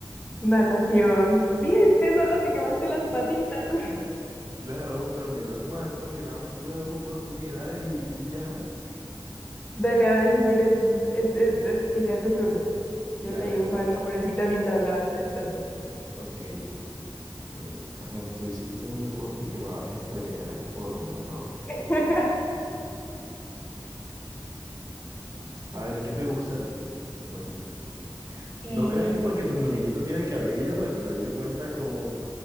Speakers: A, on the left; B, on the right.
A: natación. Viste, solo te quemaste las patitas. <laughs>
B: Claro, pero menos mal porque nada más tuve dos oportunidades y, y ya.
A: Dale, ahora si quieres, es- es- es que sea tu turno. Yo
B: Dale,
A: te dibujo
B: dale.
A: al hombrecito mientras la vas pensando.
B: Ok. Mm, A ver, tú hiciste un deporte y quemabas extremidades por un error.
A: <laughs>
B: A ver, ¿qué te gusta a ti? Cuéntame.
A: Eh,
B: ¿No creas que porque tu muñequito tiene cabello, el cabello cuenta como,